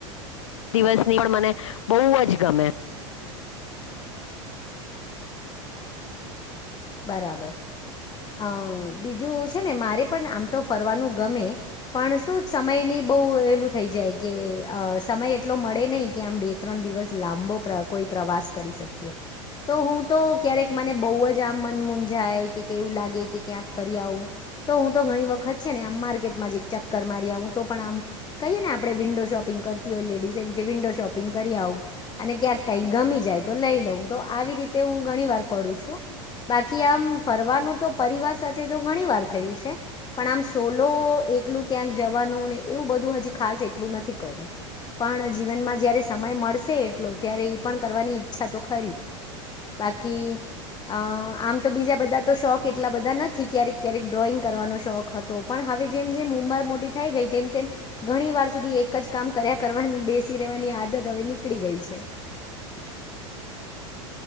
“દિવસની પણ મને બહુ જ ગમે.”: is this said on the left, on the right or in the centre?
Left